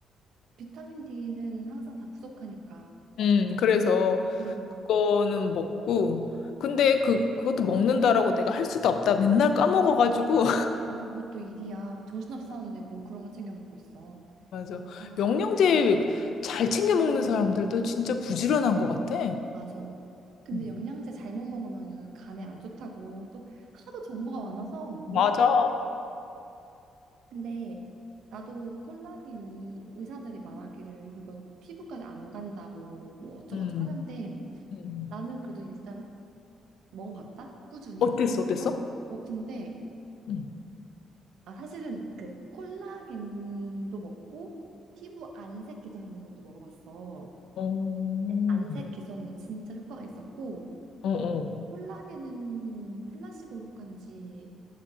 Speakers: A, on the right; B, on the left.
A: 비타민 D는 항상 다 부족하니까.
B: 음, 그래서
A: 음,
B: 그거는 먹고 근데 그 그것도 먹는다라고 내가 할 수도 없다. 맨날 까먹어가지고
A: 맞아. 그것도 일이야. 정신없이 사는데
B: <laughs>
A: 뭐 그런 거 챙겨 먹고 있어.
B: 맞아.
A: 아,
B: 영양제 잘 챙겨 먹는 사람들도 진짜 부지런한 것 같아.
A: 맞아. 근데
B: 음.
A: 영양제 잘못 먹으면은 간에 안 좋다고 또 하도 정보가 많아서
B: 맞아.
A: 뭘. 근데 나도 콜라겐이 의사들이 말하기를 그거 피부까지 안 간다 뭐, 뭐 어쩌고저쩌고
B: 음.
A: 하는데
B: 음.
A: 나는 그래도 일단 먹어봤다? 꾸준히
B: 어땠어?
A: 몇
B: 어땠어?
A: 개나? 어, 근데
B: 음.
A: 아 사실은 그 콜라겐도 먹고 피부 안색 개선하는 것도 먹어봤어.
B: 어, 어.
A: 근데 안색 개선은 진짜 효과가 있었고
B: 어.
A: 콜라겐은 플라시보 효과인지